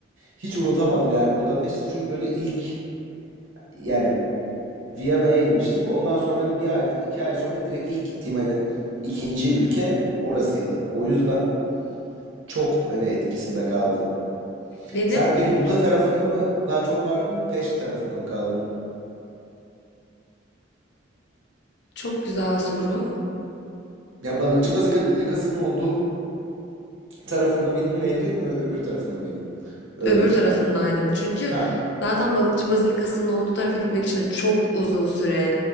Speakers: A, on the right; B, on the left.
A: Hiç unutamadım yani Budapeşte çünkü böyle ilk yani Viyana'ya inmiştik. Ondan sonra hani bir ay, iki ay sonra direkt ilk gittiğim hani ikinci ülke orasıydı. O yüzden çok hani etkisinde kaldım.
B: Benim
A: Sen peki Buda tarafında mı daha çok vardın, Peşt tarafında mı kaldın?
B: çok güzel soru.
A: Ya balıkçı balık likasının olduğu tarafında mıydın nehrin ö- öbür tarafında mıydın? Öyle
B: Öbür
A: diyeyim.
B: tarafındaydım. Çünkü
A: Ha
B: zaten balıkçı bazilikasının olduğu tarafa gitmek için de çok uzun süre